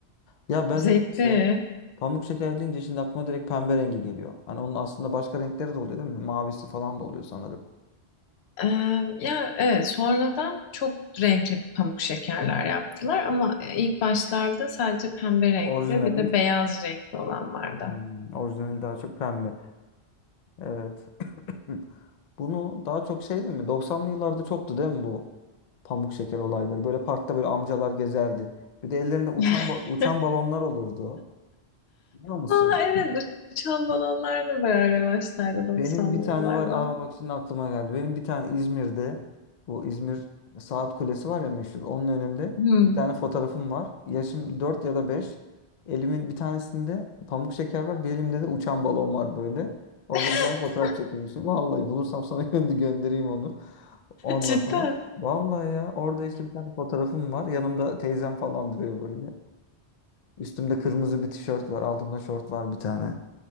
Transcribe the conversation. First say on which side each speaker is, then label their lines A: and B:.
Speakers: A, on the left (about 50°); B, on the left (about 70°).
A: Ya ben
B: Zevkli.
A: niyeyse pamuk şeker deyince şimdi aklıma direkt pembe rengi geliyor. Hani onun aslında başka renkleri de oluyor değil mi? Mavisi falan da oluyor sanırım.
B: Ee, ya evet sonradan çok renkli pamuk şekerler yaptılar ama e, ilk başlarda sadece pembe renkli
A: Orijinali.
B: bir de beyaz renkli olan vardı.
A: Hmm, orijinali daha çok pembe. Evet. <coughs> <clears throat> Bunu daha çok şey değil mi? Doksanlı yıllarda çoktu değil mi bu pamuk şeker olayları? Böyle parkta böyle amcalar gezerdi. Bir de ellerinde uçan
B: <laughs>
A: ba- uçan balonlar olurdu. Biliyor musun?
B: Aa evet uçan balonlar da bayağı revaçtaydı
A: Benim
B: doksanlı
A: bir tane
B: yıllarda.
A: var. Aa bak şimdi aklıma geldi. Benim bir tane İzmir'de bu İzmir Saat Kulesi var ya meşhur. Onun önünde
B: Hmm.
A: bir tane fotoğrafım var. Yaşım 4 ya da 5. Elimin bir tanesinde pamuk şeker var. Bir elimde de uçan balon var böyle. Orada
B: <laughs>
A: bir tane fotoğraf çekilmişim. Vallahi bulursam sana <laughs> gö- göndereyim onu. Ondan
B: Cidden.
A: sonra. Vallahi ya orada işte bir tane fotoğrafım var. Yanımda teyzem falan duruyor böyle. Üstümde kırmızı bir tişört var. Altımda şort var bir tane.